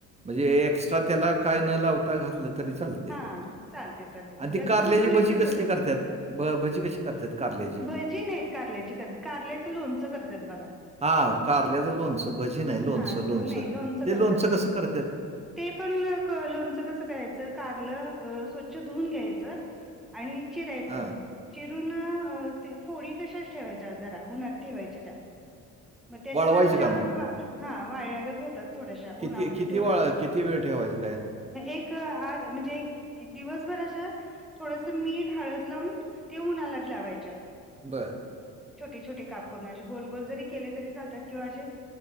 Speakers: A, on the right; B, in the centre.
A: म्हणजे एक्स्ट्रा त्याला काय न लावता घाललं तरी चालत
B: हा चालते चालते
A: आणि
B: म्हणजे
A: ते
B: असं
A: कारल्याची
B: कुरकुरीतच
A: भजी कसली
B: होतात
A: करतात भजी कशी करतात कारल्याची?
B: भजी नाहीत कारल्याची करत कारल्याचं लोणचं करतात बघा
A: हा कारल्याचं लोनचं भजी नाही आहे. लोनचं
B: हा लो
A: लोनचं
B: नाही
A: ते
B: लोणचं करतात.
A: लोनचं कसं करतात?
B: ते पण लोणचं कसं करायचं कारल स्वच्छ धुवून घ्यायचं आणि चिरायच
A: हां,
B: चिरून फोडी तशाच ठेवायच्या जरा उन्हात ठेवायच्या त्या मग तेश
A: वळवायचं
B: जर अशा
A: का मग?
B: हा वाळ्यागत होतात थोड्याश्या
A: किती
B: उन्हामध्ये
A: किती
B: ठेवल्या
A: वळ
B: होती
A: किती वेळ ठेवायचं काय?
B: एक आज म्हणजे एक एक दिवसभर अशा थोडस मीठ हळद लावून ते उन्हालात लावायच्या.
A: बरं.
B: छोटे छोटे काप करून असे गोल गोल जरी केले तरी चालतात किंवा असे